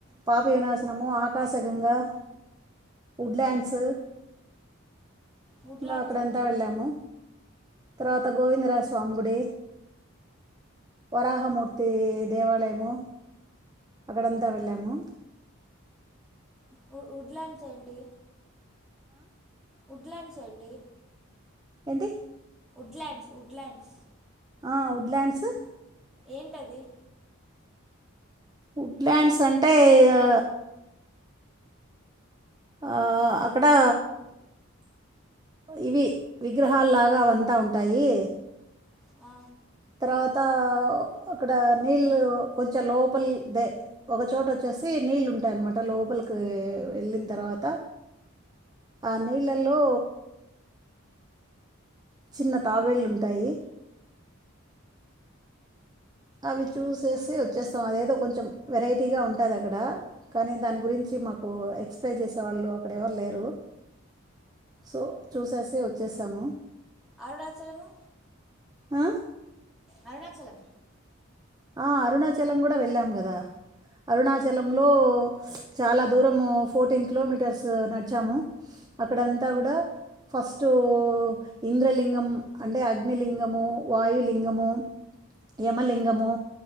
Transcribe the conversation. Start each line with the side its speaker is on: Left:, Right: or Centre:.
Right: పాప వినాశనము ఆకాశగంగా వుడ్లాడ్స్
Centre: వుడ్లాండ్స్
Right: ఇంకా అక్కడ
Centre: ఏంటి
Right: అంతా వెళ్ళాము తర్వాత గోవిందరాజ స్వామి గుడి వరాహ ము ప్రతీ దేవాలయము అక్కడంతా వెళ్ళాము
Centre: వు-వుడ్లాండ్స్ ఏంటి వుడ్లాండ్ చ్ ఎంటి
Right: ఎంటి
Centre: ఉడ్లాండ్స్ ఉడ్లాండ్స్
Right: ఆ వుడ్లాండ్సు
Centre: ఏంటది
Right: వుడ్లాండ్స్ అంటే గా ఆ అక్కడా ఇవి విగ్రహాలులాగా అంతా ఉంటాయి
Centre: ఆ
Right: తర్వాత అక్కడ నీళ్ళు కొంచెం లోపలదే ఒకచోట చ్చే సి నీళ్ళు ఉంటాయి అన్నమాట లోపలికి వెళ్ళిన తర్వాత అ నీళ్లలో చిన్న తాబేళ్లుంటాయి అవి చూసేసి వచ్చేస్తాం అదేదో కొంచెం వెరైటీగా ఉంటాది అక్కడ కానీ దాని గురించి మాకు ఎక్స్ప్లైజ్ చేసే వాళ్ళు అక్కడ ఎవరు లేరు సో చూసేసి వచ్చేసాము
Centre: అరుణాచలము
Right: ఆ
Centre: అరుణాచలం
Right: ఆ అరుణాచలం కూడ వెళ్ళాం కదా అరుణాచలంలో చాలా దూరము ఫోర్టీన్ కిలోమీటర్స్ నడిచాము అక్కడంతా కూడా ఫస్టు ఇంద్రలింగం అంటే అగ్నిలింగము వాయులింగము యమలింగము